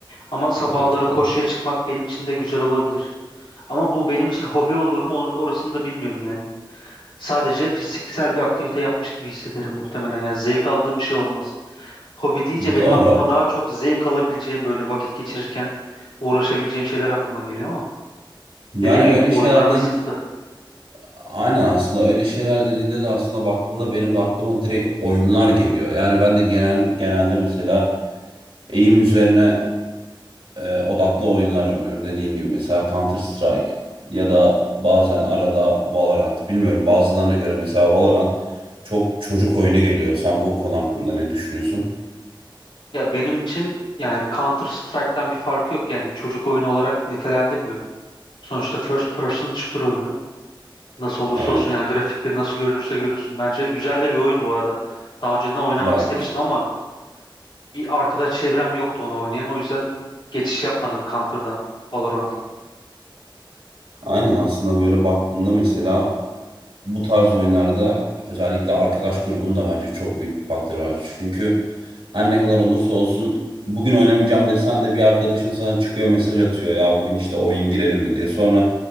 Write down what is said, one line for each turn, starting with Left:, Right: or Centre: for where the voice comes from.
Left: Ama sabahları
Right: Evet
Left: koşuya
Right: doğru.
Left: çıkmak benim için de güzel olabilir. Ama bu benim için hobi olur mu onu- orasını da bilmiyorum yani. Sadece fiziksel bir aktivite yapmış gibi hissederim muhtemelen. Yani zevk aldığım bir şey olmaz. Hobi deyince benim
Right: Doğru.
Left: aklıma daha çok zevk alabileceğim böyle vakit geçirirken uğraşabileceğim şeyler aklıma geliyor ama
Right: Yani
Left: dediğim gibi
Right: öyle
Left: oyunlarda
Right: şeyler deyince,
Left: sıktı.
Right: aynen aslında öyle şeyler dediğinde de aslında baktığında benim de aklıma direkt oyunlar geliyor. Yani ben de genel genelde mesela eğim üzerine e, odaklı oyunlar oynuyorum dediğin gibi mesela Counter Strike ya da bazen arada Valorant. Bilmiyorum bazılarına göre mesela Valorant çok çocuk oyunu geliyor. Sen bu konu hakkında ne düşünüyorsun?
Left: Ya benim için yani Counter Strike'tan bir farkı yok yani çocuk oyunu olarak nitelendirmiyorum. Sonuçta first person shooter oyunu. Nasıl olursa
Right: Evet
Left: olsun yani grafikleri nasıl görünürse görünsün. Bence güzel de bir oyun bu arada. Daha önceden oynamak
Right: ben
Left: istemiştim ama bir arkadaş çevrem yoktu onu oynayan. O yüzden geçiş yapmadım Counter'dan Valorant'a.
Right: Aynen aslında böyle baktığında mesela bu tarz oyunlarda özellikle arkadaş grubunun da bence çok büyük bir faktörü var. Çünkü her ne kadar olursa olsun bugün oynamayacağım desen de bir arkadaşın sana çıkıyor mesaj atıyor ya bugün işte oyun girelim mi diye. Sonra